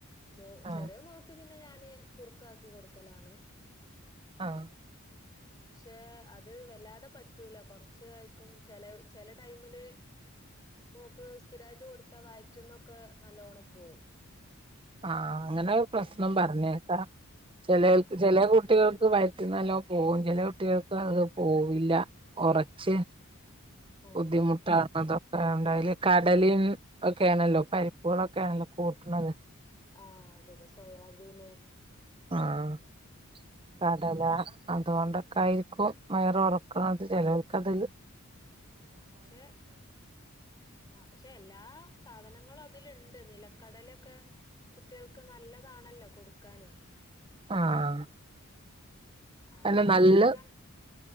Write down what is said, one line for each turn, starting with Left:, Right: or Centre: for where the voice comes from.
Left: മോ
Right: ആഹ്
Left: ചെറിയ മോൾക്ക് പിന്നെ ഞാ ന് കുറുക്കാക്കി കൊടുക്കലാണ്
Right: ആഹ
Left: പക്ഷെ അത് വല്ലാതെ പറ്റൂല കുറച്ച ആായിരിക്കും ചില ചില ടൈമില് മോക്ക് സ്ഥിരായിട്ട് കൊടുത്താ വറ്റുന്നൊക്കെ നല്ലോണം പോകവും
Right: ആഹ അങ്ങനെ പ്രശ്നം പറഞ്ഞിട്ട ചിലൾക്ക്
Left: ആഹ്
Right: ചില കുട്ടികൾക്ക് നല്ലോ പോകും ചില കുട്ടികൾക്ക് അത് പോവില്ല കുറച്ച്
Left: ആഹ്
Right: ബുദ്ധിമുട്ട് ആണത്. അതിലെ കടല ഒക്കെയാണല്ലോ പരിപ്പുകളൊക്കെയാണല്ലോ കൂട്ടണുന്നത്.
Left: ആഹ് അതെ അതെ സോയാബീന്
Right: ആഹ്. കടല.
Left: ഉം
Right: അതുകൊണ്ടൊക്കെ ആയിരിക്കും വയർ ഉറക്കണത് ചിലവൾക്ക് അത്
Left: ആഹ് പക്ഷെ ആഹ് പക്ഷെ എല്ലാ സാധനം. ഞങ്ങള അതിലുണ്ട് നിലക്കടലൊക്കെ കുട്ടികൾക്ക് നല്ലതാണല്ലോ കൊടുക്കാന്
Right: ആഹ്.
Left: അവർക്ക്
Right: അല്ല നല്ല
Left: കൊടുക്കാം.